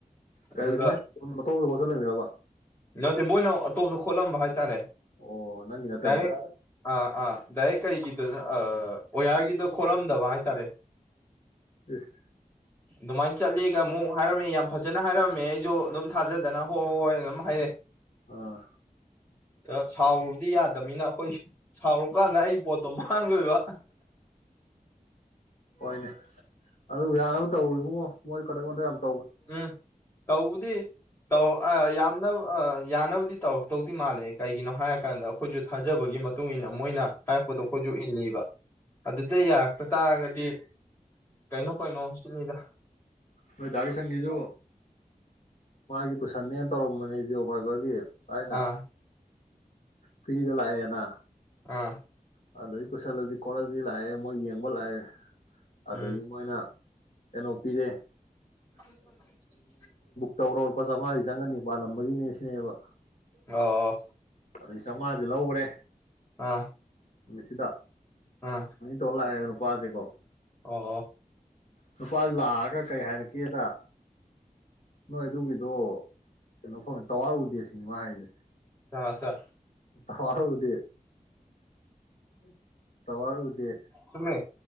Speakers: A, on the left; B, on the left.
A: ꯑꯗꯨꯒ
B: ꯀꯩ ꯅꯪ ꯑꯇꯣꯞꯄꯗ ꯍꯣꯁꯇꯦꯜ ꯂꯩꯃꯤꯟꯅꯔꯕ
A: ꯅꯠꯇꯦ ꯃꯣꯏꯅ ꯑꯇꯣꯞꯇ ꯈꯣꯠꯂꯝꯕ ꯍꯥꯏꯇꯥꯔꯦ
B: ꯑꯣ ꯅꯪꯒꯤ ꯅꯠꯇꯕꯤꯗ
A: ꯗꯅꯤ ꯑꯥ ꯑꯥ ꯇꯏ ꯀꯔꯤꯒꯤꯗ ꯑꯣꯋꯌꯥꯔꯒꯤꯗꯣ ꯈꯣꯠꯂꯝꯗꯕ ꯍꯥꯏꯇꯥꯔꯦ
B: ꯏꯁ
A: ꯑꯗꯨꯃꯥꯏꯅ ꯆꯠꯂꯤꯒ ꯑꯃꯨꯛ ꯍꯥꯏꯔꯝꯃꯤ ꯌꯥꯝ ꯐꯖꯅ ꯍꯥꯏꯔꯝꯃꯤ ꯃꯦ ꯑꯩꯁꯨ ꯑꯗꯨꯝ ꯊꯥꯖꯗꯅ ꯍꯣꯏ ꯍꯣꯏꯅ ꯑꯗꯨꯝ ꯍꯥꯏꯔꯛꯑꯦ
B: ꯑꯥ
A: ꯑ ꯁꯥꯎꯕꯗꯤ ꯇꯅꯤꯅ ꯑꯩꯈꯣꯏ ꯁꯥꯎꯔꯨꯀꯥꯟꯗ ꯑꯩ ꯄꯣꯠꯇꯣ ꯃꯥꯡꯂꯣꯏꯕ
B: ꯍꯣꯏꯅꯦ ꯑꯗꯨ ꯌꯥꯅꯕ ꯇꯧ ꯏꯕꯨꯡꯣ ꯃꯣꯏ ꯀꯗꯛꯊ
A: ꯎꯝ ꯇꯧꯕꯗꯤ ꯇꯧ ꯑ ꯌꯥꯝꯅ ꯌꯥꯅꯅꯕꯗꯤ ꯇꯧ ꯇꯧꯔꯛ ꯇꯧꯗꯤ ꯃꯥꯂꯦ ꯀꯩꯒꯤꯅꯣ ꯍꯥꯏꯔ ꯀꯥꯟꯗ ꯑꯩꯈꯣꯏꯁꯨ ꯊꯥꯖꯕꯒꯤ ꯃꯇꯨꯡ ꯏꯟꯅ ꯃꯣꯏꯅ ꯍꯥꯏꯔꯛꯄꯗꯣ ꯑꯩꯈꯣꯏꯁꯨ ꯏꯜꯂꯤꯕ ꯑꯗꯨꯗ ꯌꯥꯔꯛꯇ ꯇꯥꯔꯒꯗꯤ ꯀꯩꯅꯣ ꯀꯩꯅꯣ ꯆꯤꯅꯤꯗ
B: ꯅꯣꯏꯗꯥꯒꯤꯁꯪꯒꯤꯁꯨ ꯃꯥꯒꯤ ꯄꯨꯁꯟꯅꯅ ꯇꯧꯔꯝꯕꯅꯦ ꯖꯤꯑꯣ ꯐꯥꯏꯕꯒꯤ ꯇꯥꯏꯅ
A: ꯑꯥ
B: ꯐꯤꯒ ꯂꯑꯅ
A: ꯑꯥ
B: ꯑꯗꯗꯒꯤ ꯀꯣꯏꯁꯜꯂꯁꯤ ꯈꯣꯠꯂꯁꯤ ꯂꯥꯛꯑꯦ ꯃꯣꯏ ꯌꯦꯡꯕ ꯂꯥꯛꯑꯦ ꯑꯗꯒꯤ
A: ꯎꯝ
B: ꯃꯣꯏꯅ ꯑꯦꯂꯣ ꯄꯤꯗ
A: ꯅ <inaudible>
B: ꯇꯧꯔꯣꯄꯥ ꯆꯥꯝꯃꯉꯥꯗꯤ ꯆꯪꯒꯅꯤ ꯄꯥꯜꯂꯝꯕꯒꯤꯅꯦ ꯁꯤꯅꯦꯕ
A: ꯑ
B: ꯑꯗꯨꯗꯒꯤ ꯆꯥꯝꯃꯉꯥꯁꯦ ꯂꯧꯈ꯭ꯔꯦ
A: ꯑꯥ
B: ꯁꯤꯗ
A: ꯑꯥ
B: ꯇꯣꯜꯂ ꯍꯥꯏ ꯄꯄꯥꯖꯀꯣ
A: ꯑꯣ
B: ꯅꯨꯨꯄꯥꯗꯨ ꯂꯥꯛꯑꯒ ꯀꯩ ꯍꯥꯏꯔꯛꯀꯦꯗ ꯅꯣꯏ ꯑꯗꯨꯒꯤꯗꯣ ꯀꯩꯅꯣ ꯐꯪꯉꯦ ꯇꯋꯥꯔꯎꯗꯦ ꯁꯤꯅꯤꯃ ꯍꯥꯏꯁꯦ
A: ꯁꯥꯁ
B: ꯍ ꯍꯧꯗꯤ ꯎꯝ ꯇꯧꯋꯥꯔꯒꯗꯤ
A: ꯆꯨꯝꯃꯦ